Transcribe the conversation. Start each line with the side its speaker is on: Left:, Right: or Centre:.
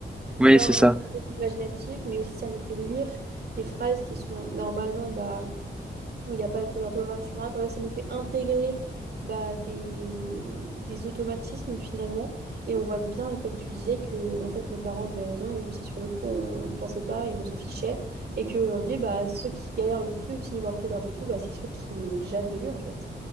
Centre: Oui,
Right: d'un
Centre: c'est ça.
Right: côté imaginatif, mais aussi ça nous fait lire des phrases qui sont normalement bah, où il n'y a pas de faute d'orthographe, etc. Bref, ça nous fait intégrer bah, des, des automatismes finalement. Et on voit bien, comme tu disais, que en fait, nos parents avaient raison, même si sur le coup, on ne pensait pas et on s'en fichait. Et qu'aujourd'hui, bah, ceux qui galèrent le plus niveau orthographe et tout, bah, c'est ceux qui n'ont jamais lu en fait.